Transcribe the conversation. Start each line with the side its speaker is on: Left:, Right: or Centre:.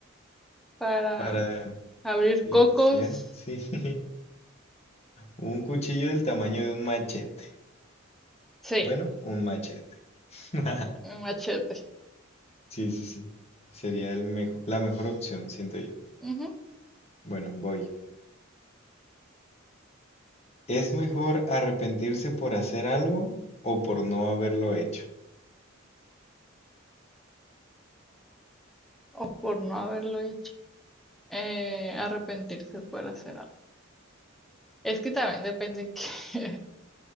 Centre: para
Left: para
Centre: Abrir
Left: lo
Centre: cocos,
Left: que sea. Sí. <laughs> Un cuchillo del tamaño de un machete.
Centre: sí,
Left: Bueno, un machete. <laughs>
Centre: un machete.
Left: Sí, sí, sí. Sería el mejo- la mejor opción, siento yo.
Centre: Ujú.
Left: Bueno, voy. ¿Es mejor arrepentirse por hacer algo o por no haberlo hecho?
Centre: O por no haberlo hecho. Eh, arrepentirse por hacer algo. Es que también depende qué. <laughs>